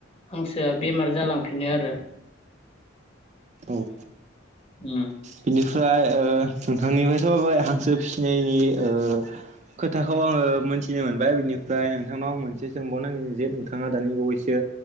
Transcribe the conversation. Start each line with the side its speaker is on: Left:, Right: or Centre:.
Left: हांसोआ बेमार जालां फिनो आरो।
Right: औ
Left: ओम।
Right: बिनिफ्राय ओ नोंथांनिफ्रायथ' माबाय हांसो फिनायनि ओ खोथाखौ आङो मोनथिनो मोनबाय बिनिफ्राय नोंथांनाव आं मोनसे सोंबावनो नागिरदों जे नोंथाङा दानि बावैसो